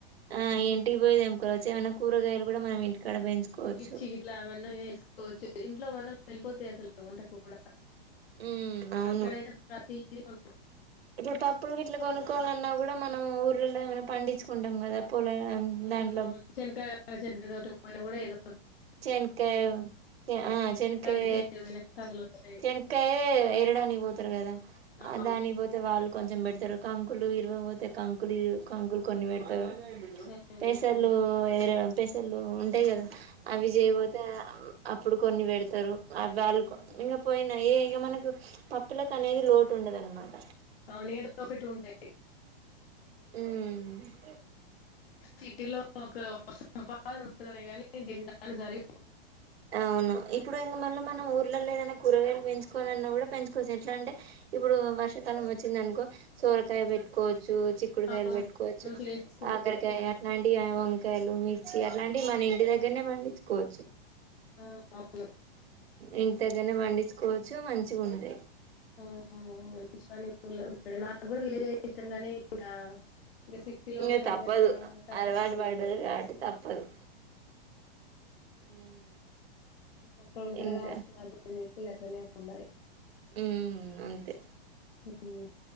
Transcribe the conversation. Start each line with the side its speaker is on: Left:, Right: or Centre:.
Right: ఆ ఇంటికి పోయి తెంపుకోవచ్చు కూరగాయలు కూడ మనం ఇంటికాడ పెంచుకోవచ్చు
Left: మిర్చికి ఇట్లా అవన్నీ వేసుకోవచ్చు ఇంట్లో మనం వెళ్ళిపోతే అసలు వంటకు కూడా
Right: ఉమ్ అవును
Left: అక్కడయితే ప్రతిదీ కొ
Right: ఇప్పుడు పప్పులు ఇట్లా కొనుక్కోవాలన్నా కూడా మనం ఊర్ళలో పండించుకుంటాం కదా పొల
Left: ఉమ్
Right: దాంట్లో
Left: <unintelligible> మన కూడా ఏద
Right: చెన్కాయ ఆ చెన్కాయ
Left: కంది చేతి పోయిన కందులు వస్తాయి
Right: చెన్కాయ ఏరడానికి పోతారు కదా
Left: అవును
Right: దానికిపోతే వాళ్ళు కొంచెం పెట్ ఇర కంకులు ఇరువపోతే కంకులు కంకులు కొన్ని పెడతారు
Left: ఉమ్,
Right: పేసర్లు ఏరడం పేసర్లు ఉంట అంతే కదా అవి జేయపోతే అప్పుడు కొన్ని పెడతారు <unintelligible>
Left: ఉమ్,
Right: ఇక మనకు పప్పులకు అనేది లోటు ఉండదనమాట
Left: అవును ఏదో ఒకటి ఉంటాయి
Right: ఉమ్
Left: సిటీలో ఒక సంపాదన ఉంటది గాని దేని దానికి సరి
Right: అవును ఇప్పుడు ఇంక మళ్ళ
Left: ఉమ్,
Right: మనం ఊర్లో లేదైనా కూరగాయలు కోనలన్నా కూడా పెంచుకోవచ్చు ఎట్లా అంటే ఇప్పుడు వర్షాకాలం వచ్చింది అనుకో సోరకాయ పెట్టుకోవచ్చు చిక్కుడుకాయలు
Left: అవును
Right: పెట్టుకోవచ్చు
Left: మంచిగా చేసుకుంటారు
Right: కాకరకాయ అ వండి వంకాయలు మిర్చి అట్లాంటివి మన ఇంటి దగ్గరనే పండించుకోవచ్చు.
Left: ఆ అవును
Right: ఇంటి దగ్గరనే పండించుకోవచ్చు మంచిగా ఉంటాయ్
Left: ఆ మంచి పని ఊర్లో ఉండటమే నాకు ఇదే ఇష్టం కానీ ఇంకా ఇంకా సిటీలో
Right: ఇంక
Left: ఉన్నాం
Right: తప్పదు
Left: కదా తప్పట్లేదు.
Right: అలవాటు పడ్డారు కాబట్టి తప్పదు ఉమ్
Left: అక్కడ ఉంటడు
Right: ఇంకా
Left: కాబట్టి మా ఇగ అట్లనే ఉండాలి.
Right: ఉమ్ అంతే
Left: ఉమ్